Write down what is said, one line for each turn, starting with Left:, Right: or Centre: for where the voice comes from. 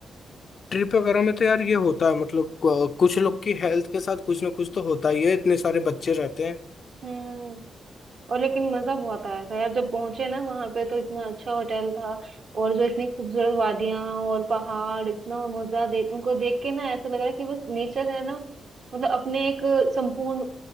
Left: ट्रिप वगैरह में तो यार ये होता है मतलब क- कुछ लोग की हेल्थ के साथ कुछ ना कुछ तो होता ही है इतने सारे बच्चे रहते हैं
Right: हम्म और लेकिन मजा बहुत आया था यार जब पहुंचे ना वहां पे तो इतना अच्छा होटल था और जो इतनी खूबसूरत वादियां और पहाड़ इतना मजा देख उनको देख के ना ऐसा लग रहा है कि बस नेचर है ना मतलब अपने एक संपूर्ण